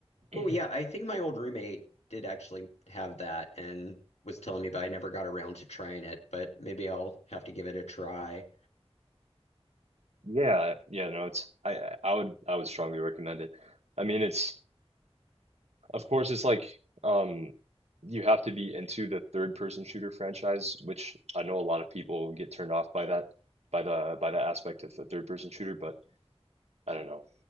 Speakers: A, on the right (about 80°); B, on the left (about 85°).
A: <clears throat>
B: Oh yeah, I think my old roommate did actually have that and was telling me, but I never got around to trying it. But maybe I'll have to give it a try.
A: Yeah, yeah, no, it's I I I would I would strongly recommend it. I mean, it's of course it's like um you have to be into the third person shooter franchise, which I know a lot of people get turned off by that by the by the aspect of the third person shooter, but I don't know.